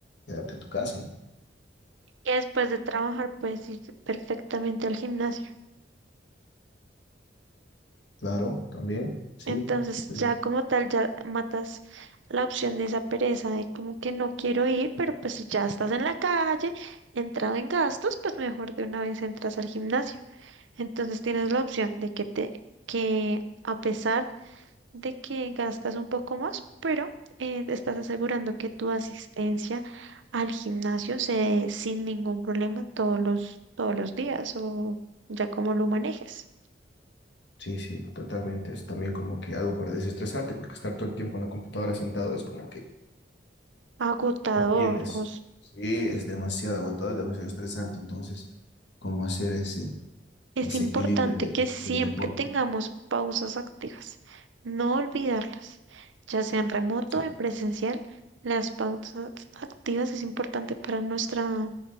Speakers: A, on the left (about 65°); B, on the right (about 80°).
A: quedarte en tu casa, ¿no?
B: que después de trabajar puedes ir perfectamente al gimnasio.
A: Claro, también, sí,
B: Entonces
A: sí,
B: ya como tal ya matas la opción de esa pereza de como que no quiero ir, pero pues si ya estás en la calle, entrado en gastos, pues mejor de una vez entras al gimnasio. Entonces tienes la opción de que te, que a pesar de que gastas un poco más, pero eh, te estás asegurando que tu asistencia al gimnasio se dé sin ningún problema todos los, todos los días o ya como lo manejes.
A: sí, sí, totalmente, es también como que algo para desestresarte, porque estar todo el tiempo en la computadora sentado es como que
B: Agotador,
A: no tienes,
B: o
A: sí, es demasiado agotador, es demasiado estresante, entonces, como hacer ese,
B: Es
A: ese
B: importante
A: equilibrio de,
B: que siempre
A: del deporte,
B: tengamos pausas activas, no olvidarlas, ya sea en remoto
A: sí.
B: o en presencial. Las pausas activas es importante para nuestra,